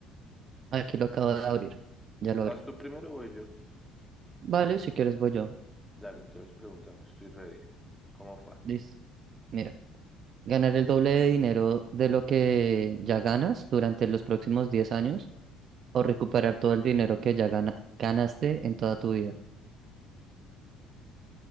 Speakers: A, on the right (about 40°); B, in the centre.
A: Aquí lo acabo de abrir. Ya lo
B: ¿Vas
A: abrí.
B: tú primero o voy yo?
A: Vale, si quieres voy yo.
B: Dale, entonces pregúntame, estoy ready. ¿Cómo fue?
A: Listo. Mira, ganar el doble de dinero de lo que ya ganas durante los próximos diez años o recuperar todo el dinero que ya gana- ganaste en toda tu vida.